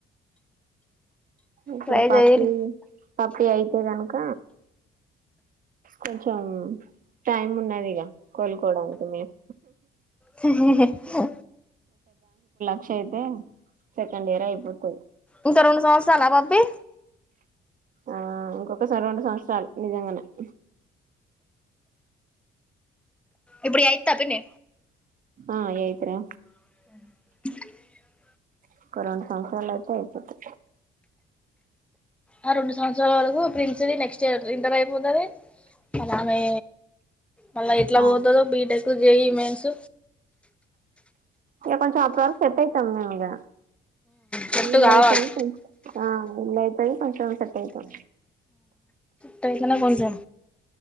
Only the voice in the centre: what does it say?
ట్రై
చేయాలి
హే హే హే
ఇంకా రెండు సంవత్సరాలా పప్పి
ఇప్పుడి యయితా పిన్ని
<inaudible>
ఆ రెండు సంవత్సరాల వరకు ప్రిన్స్ ది నెక్స్ట్ ఇయర్ ఇంటర్ అయిపోతాది కాని ఆమె మళ్ళ ఎట్ల
పోతాదో బీటెక్ జేఈఈ మెయిన్స్
సెట్టు
కావాలి
టెన్శానే కొంచెం